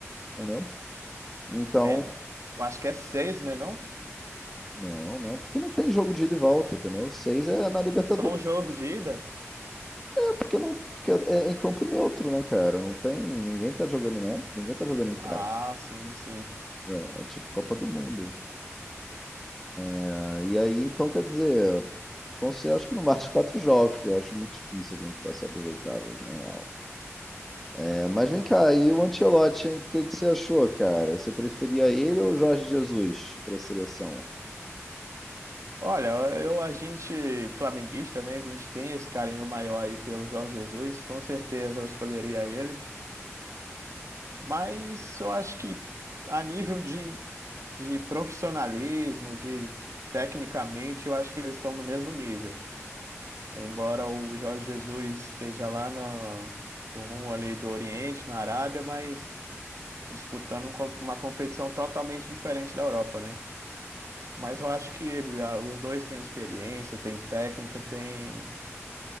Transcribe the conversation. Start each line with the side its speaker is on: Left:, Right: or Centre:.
Centre: entendeu? Então.
Right: É, eu acho que é seis, né, não?
Centre: Não, não, porque não tem jogo de ida e volta, entendeu? Seis é na Libertadores.
Right: É só um jogo de ida?
Centre: É, porque não, porque é é em campo neutro, né, cara? Não tem, ninguém tá jogando, né? Ninguém tá jogando em
Right: Ah,
Centre: casa.
Right: sim, sim.
Centre: entendeu? É tipo Copa do Mundo. Ah, e aí, então, quer dizer, vão ser acho que no máximo <laughs> quatro jogos, que eu acho muito difícil a gente passar das oitavas, na real. É, mas vem cá, e o Ancelotti, hein? O que que você achou, cara? Você preferia ele ou o Jorge Jesus pra seleção?
Right: Olha, eu, a gente flamenguista, né? A gente tem esse carinho maior aí pelo Jorge Jesus. Com certeza eu escolheria ele. Mas eu acho que a nível de, de profissionalismo, de tecnicamente, eu acho que eles estão no mesmo nível. Embora o Jorge Jesus esteja lá no, no rumo ali do Oriente, na Arábia, mas disputando um co- uma competição totalmente diferente da Europa, né? Mas eu acho que ah, os dois têm experiência, têm técnica, têm,